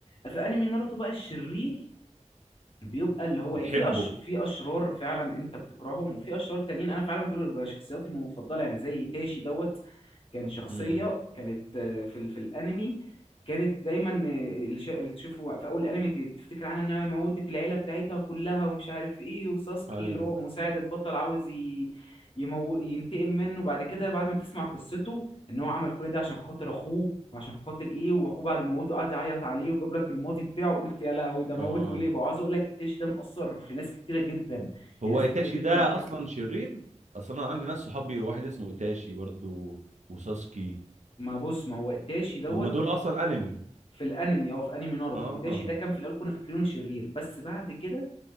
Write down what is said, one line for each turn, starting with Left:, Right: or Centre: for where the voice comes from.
Left: في انمي ناروتو بقى الشرير بيبقى اللي هو
Right: بتحبه
Left: ايه في أش... في اشرار فعلا انت بتكرههم وفي اشرار تانيين انا فعلا دول بيبقى شخصياتي المفضله يعني زي ايتاشي دوت كان شخصية
Right: امم
Left: كانت آه، في ال- في الانمي كانت دايما آه، اللي ش- اللي تشوفه في اول انمي ت- تفتكر عنها انها موتت العيلة بتاعتها كلها ومش عارف ايه وساسكي
Right: ايوه
Left: اللي هو مساعد البطل عاوز ي... يمو... ينتقم منه بعد كده بعد ما تسمع قصته ان هو عمل كل ده عشان خاطر اخوه وعشان خاطر ايه واخوه بعد ما موته قعد يعيط عليه وجاب لك الماضي بتاعه قلت يا لهوي ده موته
Right: اه
Left: ليه بقى عاوز اقول لك ايتاشي ده مأثر في ناس كتيرة جدا
Right: هو
Left: يعني ناس
Right: ايتاشي
Left: كتيرة جدا
Right: ده
Left: بتحبه
Right: اصلا شرير اصلا انا عندي ناس صحابي واحد اسمه ايتاشي برضو وساسكي
Left: ما بص ما هو ايتاشي دوت
Right: هم دول اصلا انمي
Left: في الانمي اه في انمي ناروتو
Right: اه
Left: ايتاشي ده كان في الاول كنا فاكرينه شرير بس بعد كده